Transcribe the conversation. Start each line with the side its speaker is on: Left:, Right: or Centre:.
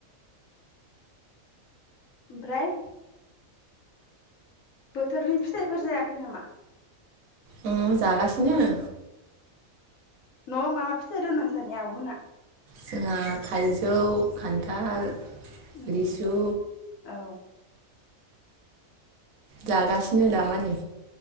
Left: ओमफ्राय बोथोरनि फिथाइफोर जायाखै नामा?
Right: अ जागासिनो।
Left: न'आव माबा फिथाइ द नोंसानि आब'मोनहा?
Right: जोंहा थाइजौ खान्थाल
Left: उम
Right: लिसु
Left: औ
Right: जागासिनो दामानि।